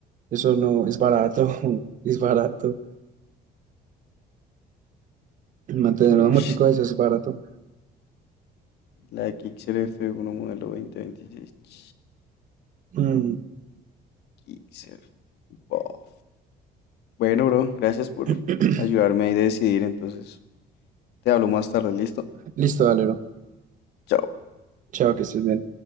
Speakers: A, on the right; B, on the left.
A: Eso no es barato, <laughs> es barato. Mantener
B: Sí,
A: una
B: ush,
A: motico de eso es barato.
B: la Gixxer F1 modelo 2026. Ch,
A: Mm.
B: Gixxer. bof. Bueno, bro, gracias por
A: <clears throat>
B: ayudarme ahí a decidir entonces. Te hablo más tarde, ¿listo?
A: Listo, Valero.
B: Chao.
A: Chao, que estés bien.